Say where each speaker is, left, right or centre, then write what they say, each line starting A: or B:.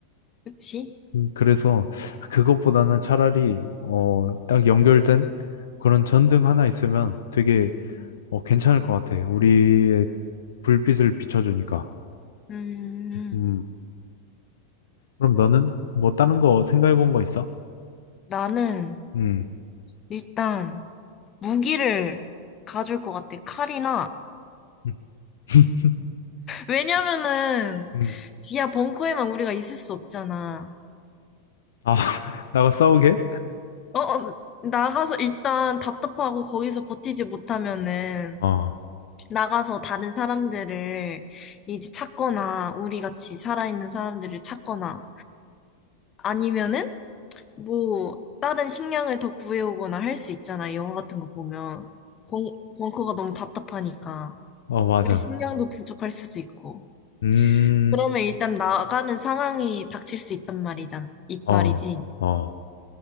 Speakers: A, on the left; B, on the left.
A: 그치?
B: 음, 그래서 그것보다는 차라리 어, 딱 연결된 그런 전등 하나 있으면 되게
A: 음.
B: 어, 괜찮을 것 같아. 우리의 불빛을 비춰주니까.
A: 음,
B: 음, 그럼 너는 뭐 다른 거 생각해 본 거 있어?
A: 나는
B: 음.
A: 일단 무기를 가줄 것 같아. 칼이나.
B: 음. <laughs>
A: 왜냐면은
B: 음.
A: 지하 벙커에만 우리가 있을 수 없잖아.
B: 아, <laughs> 나가 싸우게?
A: 어, 어, 나가서 일단 답답하고 거기서 버티지 못하면은
B: 어.
A: 나가서 다른 사람들을 이제 찾거나 우리 같이 살아있는 사람들을 찾거나 아니면은 뭐 다른 식량을 더 구해오거나 할 수 있잖아. 영화 같은 거 보면. 벙, 벙커가 너무 답답하니까.
B: 어, 맞아.
A: 그리고 식량도 부족할 수도 있고.
B: 음,
A: 그러면 일단 나가는 상황이 닥칠 수 있단 말이잖, 이
B: 어,
A: 말이지.
B: 어.